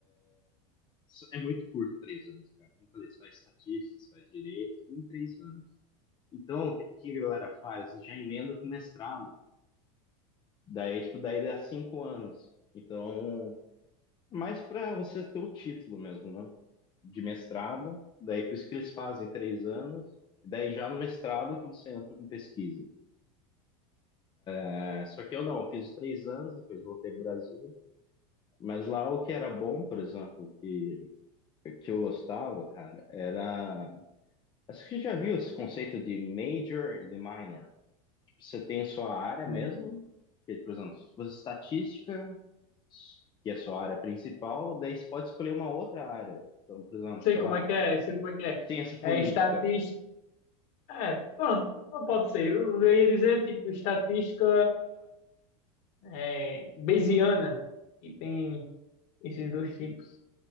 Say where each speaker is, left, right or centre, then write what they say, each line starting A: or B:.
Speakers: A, on the left; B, on the left.
A: Isso É muito curto três anos, cara. Como eu falei, você faz estatísticas, faz direito, tudo em três anos. Então, o que o que a galera faz? Já emenda com mestrado. Daí, tipo, daí dá cinco anos. Então, é mais pra você ter o título mesmo, né? De mestrado. Daí, por isso que eles fazem três anos. Daí, já no mestrado que você entra com pesquisa. É, só que eu não, eu fiz os três anos, depois voltei pro Brasil. Mas lá o que era bom, por exemplo, que, que eu gostava, cara, era. Acho que você já viu esse conceito de major e de minor. Tipo, Você tem sua área
B: hum,
A: mesmo, que, por exemplo, se fosse estatística, que é sua área principal, daí você pode escolher uma outra área. Então, por exemplo,
B: sei
A: sei
B: como
A: lá,
B: é que é, sei como é que é.
A: ciência política.
B: É estatística, é, pronto, não pode ser. Eu ia dizer, tipo, estatística é, Bayesiana, que tem esses dois tipos.